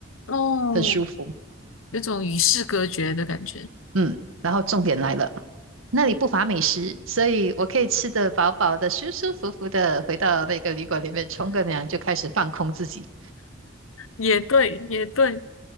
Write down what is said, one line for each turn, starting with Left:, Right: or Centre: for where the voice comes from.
Left: 哦，
Right: 很舒服。
Left: 有种与世隔绝的感觉。
Right: 嗯，然后重点来了，那里不乏美食，所以我可以吃的饱饱的，舒舒服服的回到那个旅馆里面冲个凉，就开始放空自己。
Left: 也对，也对，